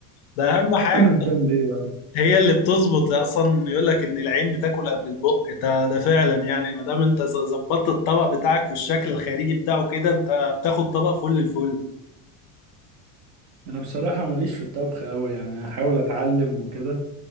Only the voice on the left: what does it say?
ده اهم حاجه
هي اللي بتظبط اصلا يقول لك ان العين بتاكل قبل البق ده ده فعلا يعني ما دام انت ز- ظبطت الطبق بتاعك والشكل الخارجي بتاعه كده انت بتاخد طبق فل الفل